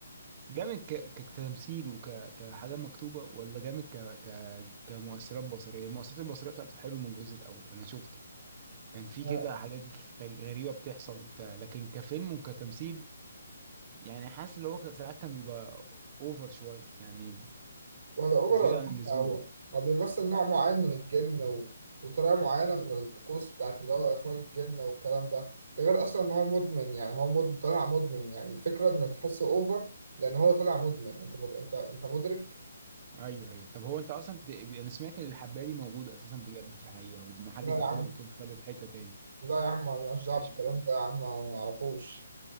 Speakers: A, on the right (about 35°); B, on the right (about 65°).
A: جامد ك... كتمثيل وكحاجه مكتوبه ولا جامد ك... ك... كمؤثرات بصريه المؤثرات البصريه بتاعته حلو من الجزء الاول انا شفته كان في
B: آه،
A: كده حاجات غري- غريبة بتحصل وبتاع لكن كفيلم وكتمثيل يعني حاسس اللي هو ك- ساعات كان بيبقى اوفر شوية يعني
B: ولا أوبر
A: زيادة
B: ولا حتى
A: عن اللزوم
B: هو هو بيمثل نوع معين من الجن و... وطريقة معينة من الطقوس بتاعت اللي هو إخراج الجن والكلام ده ده غير أصلا إن هو مدمن يعني هو مد... طالع مدمن يعني الفكرة إنك تحس أوفر لأن هو طالع مدمن أنت مد... أنت أنت مدرك
A: ايوه ايوه طب هو انت اصلا بت... انا سمعت ان الحباية دي موجودة اساسا بجد في الحقيقة ولما حد
B: لا
A: بياخدها
B: يا عم
A: بتقول خلوه في حتة تاني
B: لا يا عم أنا مالناش دعوة
A: مش
B: بالكلام
A: ب...
B: ده يا عم أنا ما أعرفوش